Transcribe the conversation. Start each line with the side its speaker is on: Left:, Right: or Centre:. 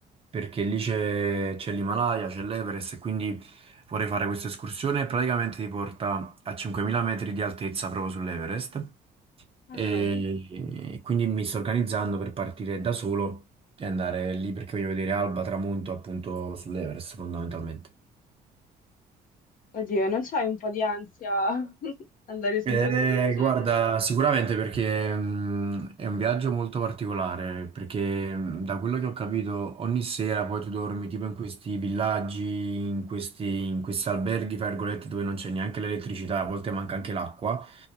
Right: perché lì c'è c'è l'Himalaya, c'è l'Everest e quindi vorrei fare questa escursione praticamente ti porta a 5000 metri di altezza proprio sull'Everest.
Left: ah,
Right: E,
Left: cavolo.
Right: e quindi mi sto organizzando per partire da solo e andare lì perché voglio vedere alba, tramonto appunto sull'Everest fondamentalmente.
Left: Oddio, non c'hai un po' di ansia <laughs> andare su
Right: Eh,
Left: un posto del genere?
Right: guarda, sicuramente perché mh, è un viaggio molto particolare, perché mh, da quello che ho capito ogni sera poi tu dormi tipo in questi villaggi, in questi, in questi alberghi, fra virgolette, dove non c'è neanche l'elettricità, a volte manca anche l'acqua